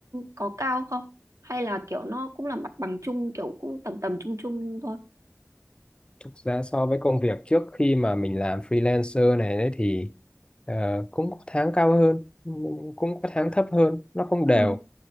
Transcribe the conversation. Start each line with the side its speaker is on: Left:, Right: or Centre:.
Right: có cao không? Hay là kiểu nó cũng là mặt bằng chung kiểu cũng tầm tầm chung chung thôi.
Left: Thực ra so với công việc trước khi mà mình làm freelancer này đấy thì ờ, cũng có tháng cao hơn, cũng có tháng thấp hơn, nó không đều.
Right: Ừ.